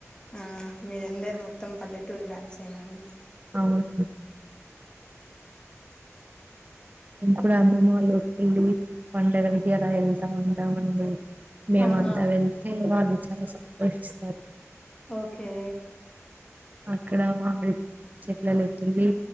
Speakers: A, on the left; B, on the right.
A: ఆ మీరందరు మొత్తం పల్లె టూరు బ్యాచ్ ఏనా అండి.
B: అవును ఇప్పుడు అమ్మమ్మ వాళ్ళ ఊరికి ఎళ్ళి, పండగలకి ఎలా వెళ్తా ఉంటామండి. మేమంతా
A: ఆహా
B: వెళ్తే వాళ్ళు చాలా సంతోషిస్తారు.
A: ఓకే
B: అక్కడ మామిడి చెట్లలోకెళ్లి